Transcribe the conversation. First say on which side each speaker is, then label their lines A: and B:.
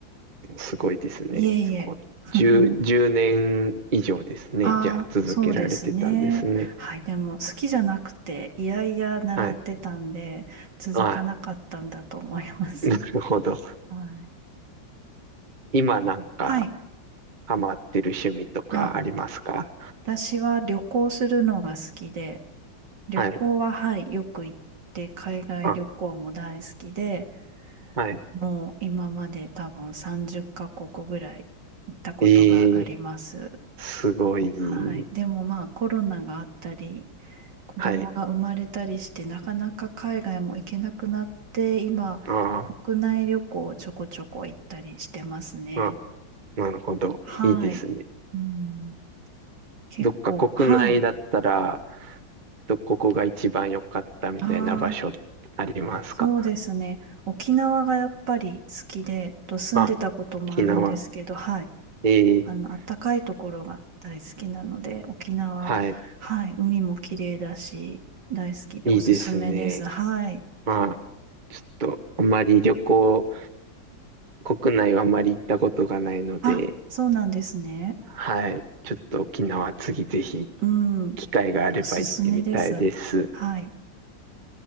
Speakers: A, on the right; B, on the right.
A: すごいですね。
B: いえいえ。
A: そこ、
B: <laughs>
A: 10、年以上ですね。
B: ああ、
A: じゃあ、続けられてたんですね。
B: そうですね。はい、でも好きじゃなくて、いやいや習ってたんで、
A: はい。
B: 続かなかったんだと思います。
A: あ、なるほど。
B: <laughs> はい。
A: 今なんか、
B: はい。
A: ハマってる趣味とかありますか
B: あ私は旅行するのが好きで、旅行ははい、
A: はい。
B: よく行って、海外旅行も大好きで、
A: あ、はい。
B: もう今まで多分30カ国ぐらい行ったことがあります。
A: ええすごい。
B: はい、でもまあコロナがあったり、子供が生まれたりして、
A: はい。
B: なかなか海外も行けなくなって、今、
A: あ
B: 国内旅行をちょこちょこ行ったりしてますね。
A: ーあ、なるほど。
B: はい。
A: いいですね。
B: うん、結構、
A: どっか国内だったら、
B: はい。
A: ど、ここが一番良かったみたいな場所ありますか
B: あそうですね。沖縄がやっぱり好きで、えっと住んでたこともあるんですけど、
A: あ、沖縄。
B: はい。
A: ええ
B: あの、暖かいところが大好きなので、沖縄、
A: はい。
B: はい。海も綺麗だし、大好きでおすすめです。
A: いいですね。
B: はい。
A: まあ、ちょっと、あまり旅行、国内はあまり行ったことがないので、
B: あ、そうなんですね。
A: はい。ちょっと沖縄次ぜひ、
B: うん。
A: 機会があれば行ってみたいです。
B: おすすめです。はい。